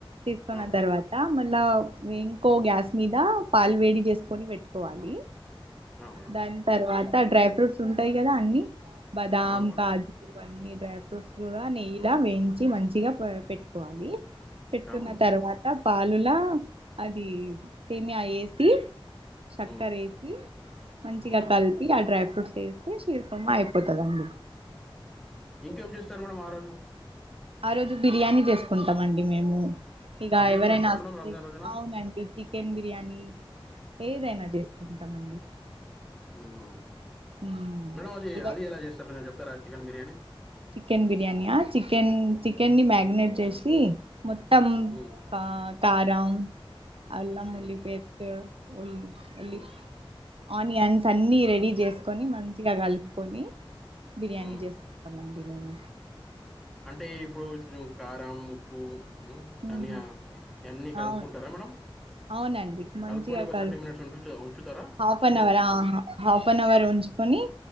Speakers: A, on the right; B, in the centre.
A: తీసుకున్నా
B: ఆ మేడం
A: తరువాత అలా ఇంకో గ్యాస్ మీద పాలు వేడి జేసుకొని పెట్టుకోవాలి
B: ఆ మేడం
A: దాన్ తర్వాత డ్రై ఫ్రూట్స్ ఉంటాయి కదా అన్ని బాదాం
B: అవును మేడం
A: కాజూ ఇవన్నీ డ్రై ఫ్రూట్స్ కూడా నెయ్యలా వేయించి మంచిగా పెట్టుకోవాలి పెట్టుకున్న
B: ఆ మేడం
A: తర్వాత పాలులా అది సేమియా ఎసి చక్కరేసి
B: ఉమ్
A: మంచిగా
B: ఉమ్
A: కలిపి ఆ డ్రై ఫ్రూట్ చేస్తే చీర్పమా అయిపోతదండి
B: కేం చేస్తారు మేడం ఆ రోజు
A: ఆ రోజు బిర్యానీ చేసుకుంటామండి మేము ఇగ
B: బిర్యానీ
A: ఎవరైనా
B: చేస్తారా
A: వస్తే
B: మేడం రంజాన్ రోజున
A: అవునండి చికెన్ బిర్యానీ ఏదైనా చేసుకుంటామండి
B: మ్ హు
A: ఉమ్
B: మేడం అది
A: ఇక
B: అది ఎలా చేస్తార్ మేడం చెప్తారా చికెన్ బిర్యానీ
A: చికెన్ బిర్యానియా చికెన్ చికెన్ ని మ్యాగినేట్ చేసి మొత్తం
B: ఉమ్
A: కా కారం అల్లం
B: ఉమ్
A: ఉల్లిపేస్ట్ ఉల్లి వెళ్ళి
B: ఉమ్
A: ఆనియన్స్ అన్ని రెడీ జేసుకొని మంచిగా గలుపుకొని బిర్యానీ
B: ఉమ్
A: జస్ మన బిర్యానీ
B: అంటే ఇప్పుడు కుంచెం కారం ఉప్పు మ్ ధనియా
A: ఉమ్
B: అన్ని కలుపుకుంటారా
A: అవును
B: మేడం
A: అవునండి మంచిగా
B: కలుపుకొని ఒక
A: కల్
B: థర్టీ మినిట్స్ ఉంటు ఉంచుతారా
A: హాఫ్
B: చికెన్
A: అన్ అవర్
B: కి
A: ఆ హాఫ్ అన్ అవర్ ఉంచి కొని